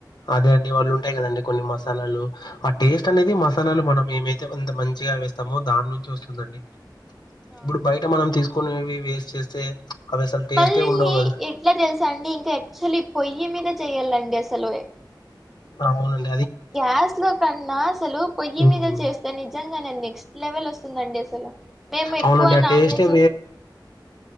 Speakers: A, on the left; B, in the centre.
A: అదే అండి వాళ్ళు ఉంటాయి కదండి కొన్ని మసాలాలు ఆ టేస్ట్ అనేది మసాలాలు మనం ఏమైతేంత మంచిగా వేస్తామో దాని నుంచి వస్తుందండి
B: అవునవునండి
A: ఇప్పుడు బయట మనం తీసుకొనేవి వేస్ట్ చేస్తే అవి అసలు టేస్టే
B: మళ్ళళ్ళీ
A: ఉండవు కదా
B: ఎట్లా తెలుసా అండి ఇంకా యాక్చుల్లీ పొయ్యి మీద చెయాలండి అసలు
A: ఆవునండి
B: గ్యాస్ లో కన్నా అసలు పొయ్యి
A: హ్మ్.
B: మీద చేస్తే నిజంగనే నెక్స్ట్ లెవెల్ ఒస్తుందండి అస మేము ఎక్కువ
A: అవునండి ఆ
B: నాన్
A: టేస్టే
B: వెజ్